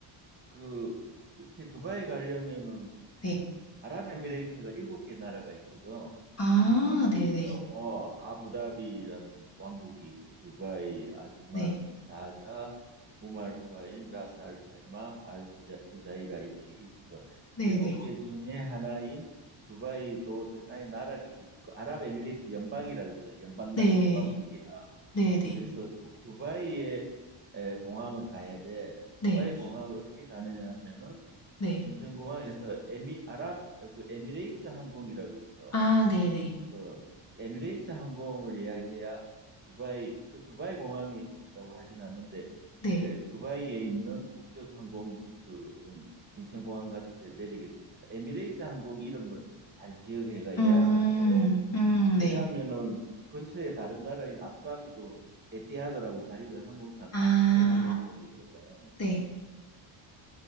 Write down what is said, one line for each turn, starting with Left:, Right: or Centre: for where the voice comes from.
Right: 그 이렇게 두바이 가려면은
Left: 네.
Right: 아랍에미레이트가 일곱 개 나라가 있거든.
Left: 아,
Right: 그래서
Left: 네네.
Right: 어 아부다비라는 왕국이 있고 두바이, 아즈만,
Left: 네.
Right: 사자, 우말 쿠아인, 라스 알 카이마, 알 후자, 후자이라 이렇게 있어.
Left: 네네.
Right: 일곱 개 중에 하나인 두바이도 하나의 나라, 그 아랍에미레이트 연방이라 그러잖아. 연방
Left: 네.
Right: 나- 연방국이야.
Left: 네네.
Right: 그래서 두바이에 에, 공항을 가야 돼.
Left: 네.
Right: 두바이 공항을 어떻게 가느냐 하면은
Left: 네.
Right: 인천공항에서 에미 아랍 어, 그 에미레이트 항공이라고 있어.
Left: 아 네네.
Right: 그 에미레이트 항공을 예약해야 두바이 그 두바이 공항이라고 하진 않은데
Left: 네.
Right: 그게 두바이에 있는 국적 항공 그 어떤 인천공항 같은 데를 내리게 되니까 에미레이트 항공 이름을 잘 기억해가
Left: 음.
Right: 예약할 때
Left: 음
Right: 왜냐하면은
Left: 네.
Right: 근처에 다른 나라인 아부다비도 에티하드라고 자기들 항공사
Left: 아.
Right: 국적 항공사가 있거든.
Left: 네.